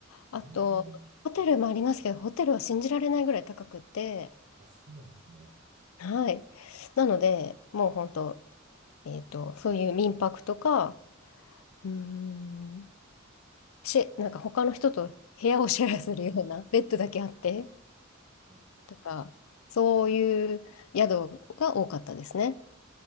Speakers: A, on the left; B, on the right.
A: あと、
B: ああ、
A: ホテルもありますけど、ホテルは信じられないぐらい高くて、
B: あ、そうなんですね。
A: はい。なので、もう本当、えっと、そういう民泊とか、うーん、し、なんか他の人と部屋をシェアするようなベッドだけあって、
B: うん
A: とか、そういう宿が多かったですね。